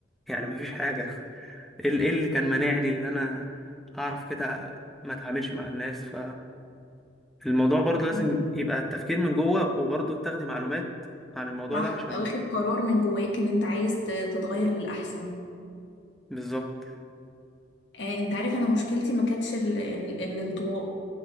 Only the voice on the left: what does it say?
آه،
صح
تبقى واخد قرار من جواك ان انت عايز ت- تتغير للأحسن
آه، انت عارف انا مشكلتي ما كانتش ال... ال... الانطواء